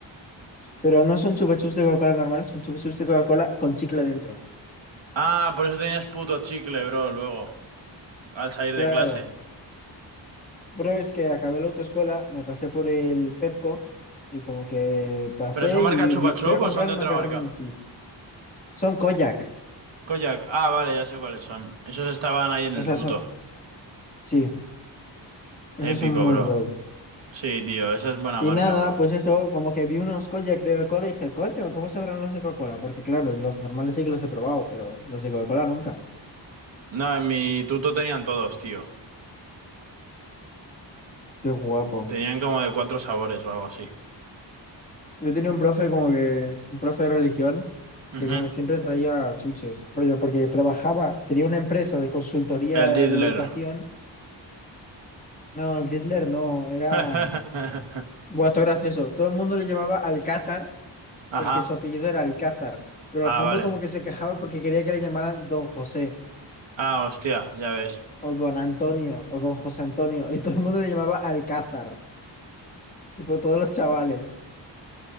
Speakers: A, on the left; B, on the right.
A: pero no son chupa chups de Coca-Cola normal, son chupa chups de Coca-Cola con chicle dentro.
B: Ah, por eso tenías puto chicle, bro, luego. Al salir
A: Claro,
B: de clase.
A: pero es que acabé la autoescuela, me pasé por el Pepco y como que pasé
B: ¿Pero son
A: y
B: marca chupachup
A: vi- fui a comprar
B: o son de
A: macaroni
B: otra marca?
A: and cheese. Son Kojak,
B: Kojak. Ah, vale, ya sé cuáles son. Esos estaban ahí en
A: o
B: el
A: sea,
B: tuto.
A: son, sí, esos
B: Épico,
A: son muy
B: bro.
A: gold.
B: Sí, tío, esa es buena
A: Y
B: marca,
A: nada,
B: bro.
A: pues eso, como que vi unos kojak de Coca-Cola y dije, coño, ¿cómo sabrán los de Coca-Cola? Porque claro, los normales sí que los he probado, pero los de Coca-Cola nunca.
B: No, en mi tuto tenían todos, tío.
A: Qué guapo.
B: Tenían como de cuatro sabores o algo así.
A: Yo tenía un profe como que, un profe de religión,
B: Ujú.
A: que como que siempre traía chuches, rollo, porque trabajaba, tenía una empresa de consultoría
B: El Diddler.
A: de educación. No, el Hitler no, era...
B: <laughs>
A: Buah, esto es gracioso. Todo el mundo le llamaba Alcázar,
B: Ajá.
A: porque su apellido era Alcázar, pero
B: Ah,
A: el jambo
B: vale.
A: como que se quejaba porque quería que le llamaran Don José.
B: Ah, hostia, ya ves.
A: o don Antonio, o don José Antonio, y todo el mundo le llamaba Alcázar, tipo todos los chavales.